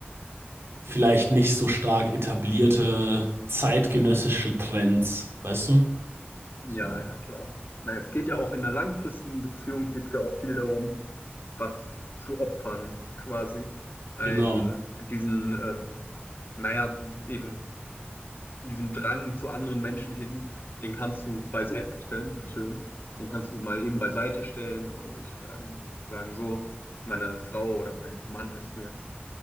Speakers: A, on the right; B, on the left.
A: vielleicht nicht so stark etablierte zeitgenössische Trends, weißt du?
B: Ja,
A: So,
B: ja, klar. Na, es geht ja auch in einer langfristigen Beziehung, geht es ja auch viel darum, was zu opfern, quasi. Ein,
A: genau.
B: diesen, ähm, naja, eben diesen Drang zu anderen Menschen hin, den kannst du beiseite stellen, Entschuldigung, den kannst du mal eben beiseite stellen und ähm, sagen, so, meine Frau oder mein Mann ist mir jetzt